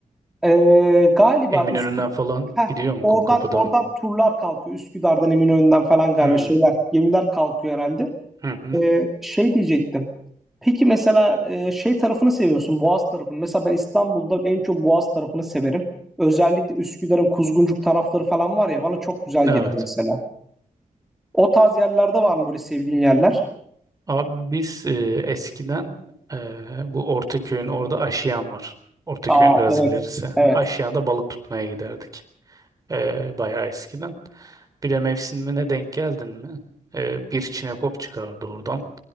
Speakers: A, in the centre; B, on the right (about 25°).
A: Ee, galiba
B: Eminönü'nden
A: Üsküdar
B: falan gidiyor mu
A: oradan
B: Kumkapı'dan?
A: oradan turlar kalkıyor. Üsküdar'dan Eminönü'nden falan galiba
B: Hmm.
A: şeyler gemiler kalkıyor herhalde.
B: Hı hı.
A: Ee, şey diyecektim. Peki mesela e, şey tarafını seviyorsun Boğaz tarafını. Mesela ben İstanbul'da en çok Boğaz tarafını severim. Özellikle Üsküdar'ın Kuzguncuk tarafları falan var ya bana çok güzel
B: Evet.
A: gelir mesela. O tarz yerlerde var mı böyle sevdiğin yerler?
B: Abi biz e, eskiden e, bu Ortaköy'ün orada Aşiyan var. Ortaköy'ün
A: Aa
B: biraz
A: evet.
B: ilerisi.
A: Evet.
B: Aşiyan'da balık tutmaya giderdik. E, bayağı eskiden. Bir de mevsimine denk geldin mi? Ee, bir çinekop çıkardı oradan.